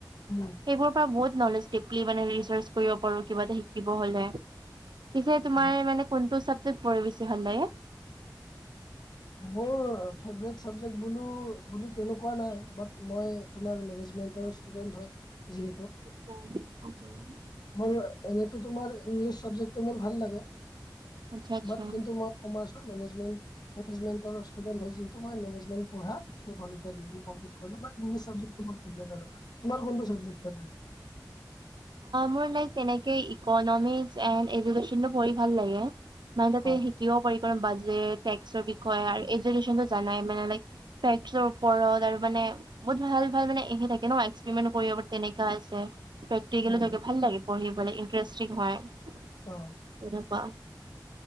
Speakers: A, on the left; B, on the right.
A: উমঁ'।
B: সেইবোৰৰ পৰা বহুত নলেজ <unintelligible> মানে ৰিচাৰ্চ কৰিব পাৰোঁ কিবা এটা শিকিব হ'লে। পিছে তোমাৰ
A: উম।
B: মানে কোনটো চাবজেক্ট পঢ়ি বেছি ভাল লাগে?
A: মোৰ ফেভৰেট চাবজেক্ বোলো বুলি তেনেকুৱা নাই বাট মই- তোমাৰ মেনেজমেন্টৰ ষ্টুডেন্ট হয় যিহেতু।
B: <unintelligible>
A: মোৰ এনেতো তোমাৰ ইংলিছ চাবজেক্টো মোৰ ভাল লাগে
B: আচ্ছা আচ্ছা।
A: বাট কিন্তু মই- কমাৰ্চৰ মেনেজমেণ্ট, মেনেজমেণ্টৰ ষ্টুডেণ্ট হয় যিহেতু মই মেনেজমেণ্ট পঢ়া। <unintelligible> ডিগ্ৰী কমপ্লিট কৰিলোঁ বাট ইংলিছ চাবজেক্টটো মোৰ ফেবেৰেট আৰু তোমাৰ কোনোটো চাবজেক্ট ফেবেৰেট?
B: মোৰ লাই তেনেকে ইকনমিকচ এন এডোকেশ্যনটো পঢ়ি ভাল লাগে।। মানে তাতে
A: অ
B: শিকিব পাৰি <unintelligible> বাজেৰ টেক্সৰ বিষয় আৰু এডোকেশ্যনটো জানাই মানে লাইক- ফেক্টৰ ওপৰত আৰু মানে- বহুত ভাল ভাল মানে সেই থাকে ন' এক্সপেৰিমেণ্ট কৰিব পাৰি তেনেকা আছে। প্ৰেক্টিকেলো
A: উম,
B: থাকে ভাল লাগে পঢ়িবলে ইণ্টাৰেষ্টিং হয় তেনেকুৱা।
A: অ